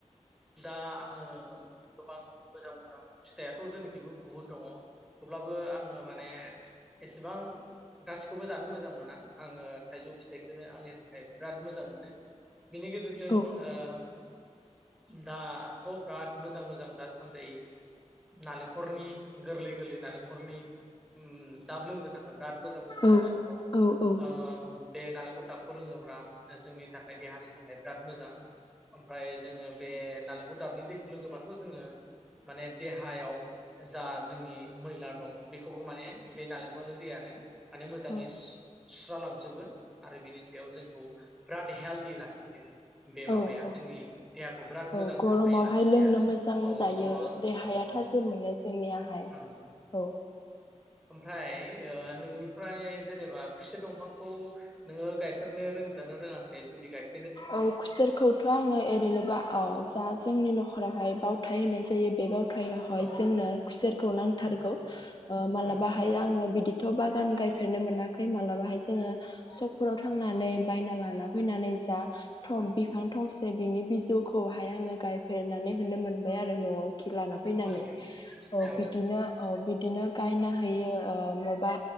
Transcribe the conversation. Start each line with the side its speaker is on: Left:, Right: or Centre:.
Centre: दा आङो गोबां मोजां मोजां फिथाइआथ जोंनिखिबो बुहुद दङ थेवब्लाबो आङो माने एसेबां गासिखौबो जानो मोजां मोना आङो थाइजौ फिथाइखौनो आंनि थाखाय बिराद मोजां मोनो। बिनि गेजेरजों
Left: औ
Centre: ओ दाथ' बिराद मोजां मोजां दासान्दि नालेंखरनि गोरलै गोरलै नालेंखरनि ओम दाब लोंनो थाखाय बिराद मोजां मोजां
Left: औ
Centre: जानानै दं
Left: औ औ
Centre: ओ बे नालेंखर दाबखौ लोङोब्ला जोंनि थाखाय देहानि थाखाय बिराद मोजां ओमफ्राय जोङो बे नालेंखर दाबनि दैखौ लोङोब्लााथ' जोङो माने देहायाव जा जोंनि मैला दं बेखौबो माने बे नालेंखरनो दैयानो माने मोजाङै
Left: औ
Centre: सु- सुस्रालांजोबो आरो बिनि सायाव जोंखौ बिराद हेल्दि लाखियो। बे माबाया
Left: औ औ
Centre: जोंनि देहाखौ बिराद
Left: औ
Centre: मोजां
Left: गरमावहाय
Centre: साफायै लाखियो
Left: लोंनो
Centre: आरो
Left: मोजां
Centre: औ
Left: जायो
Centre: गर'औ
Left: देहाया
Centre: औ।
Left: थाजिम मोनो जोंनियाहाय
Centre: उम
Left: औ।
Centre: ओमफ्राय ओ नोंनिफ्राय जेनेबा खुसेर दंफांखौ नोङो गाय फेरनो रोंदोना रोङाखै जुदि गाय
Left: औ खुसेर खौथ' आङो ओरैनोबा औ जा जोंनि नखराव हाय बावथाय होननाय जायो बे बाव आमफ्राय हय
Centre: औ
Left: जोंनो खुसेरखौ नांथारगौ
Centre: उम
Left: ओ मालाबा
Centre: उम
Left: हाय आङो बिदि थ बागान गायफेरनो मोनाखै मालाबा हाय जोङो सब फोराव थांनानै
Centre: औ
Left: बायना लाय ना फैनानै जा थं
Centre: उम
Left: बिफां थंसे बिनि बिजौ खौहाय आङो गायफेर नानै होनो मोनबाय आरो नआव। खि लाना फैनानै
Centre: औ
Left: ओ
Centre: औ
Left: बिदिनो ओ बिदिनो गायना हैयो ओ मबा